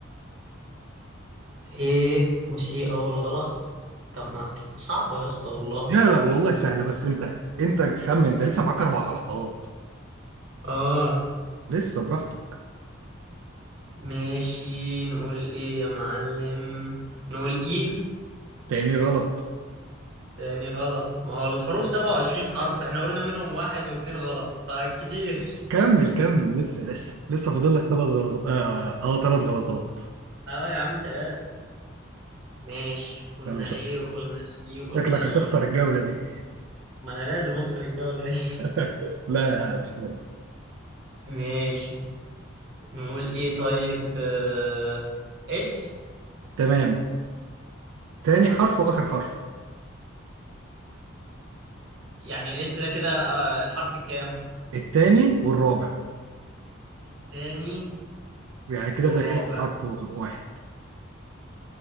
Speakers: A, on the right (about 65°); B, on the right (about 85°).
A: ايه وسي اول غلط طب ما صعبة يا اسطى والله
B: لا
A: <laughs>
B: لا، والله سهلة بس انت انت خمن انت لسه معاك اربع غلطات
A: اه
B: لسه براحتك
A: ماشي نقول ايه يا معلم نقول ايه
B: تاني غلط
A: تاني غلط ما هو الحروف 27 حرف احنا قلنا منهم واحد واتنين غلط فكتير
B: كمل كمل لسه لسه لسه فاضل لك ثلاث غلطات اه ثلاث آه آه، تلات غلطات
A: اه يا عم تلاتة ماشي قلنا
B: يلا شك-
A: ايه وقلنا سي وقلنا
B: شكلك
A: ايه
B: هتخسر الجولة دي
A: ما انا لازم اخسر الجولة دي
B: <laughs> لا مش لازم
A: <laughs> ماشي نقول ايه طيب آه، اس
B: تمام تاني حرف واخر حرف
A: يعني الاس ده كده آه، الحرف الكام
B: التاني والرابع
A: التاني
B: يعني كده
A: والرابع
B: باقي لك حرف واحد